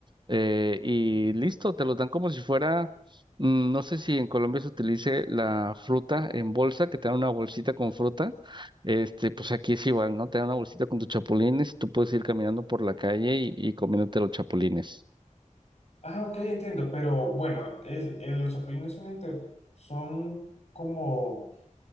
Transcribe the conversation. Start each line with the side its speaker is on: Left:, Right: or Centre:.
Right: eh, y listo, te los dan como si fuera, mm, no sé si en Colombia se utilice la fruta en bolsa, que te dan una bolsita con fruta, este, pues aquí es igual, ¿no? Te dan una bolsita con tus chapulines y tú puedes ir caminando por la calle y, y comiéndote los chapulines.
Left: Ah, ok, entiendo, pero bueno, es- eh, los chapulines son, inte- son como,